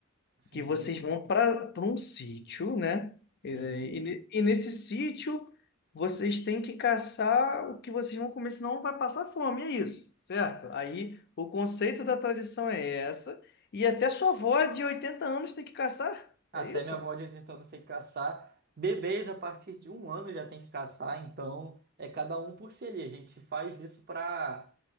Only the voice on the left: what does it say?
que vocês vão para um sítio, né?
E, e ne- e nesse sítio vocês têm que caçar o que vocês vão comer, senão vai passar fome, é isso, certo? Aí o conceito da tradição é essa, e até sua avó de 80 anos tem que caçar,
é isso?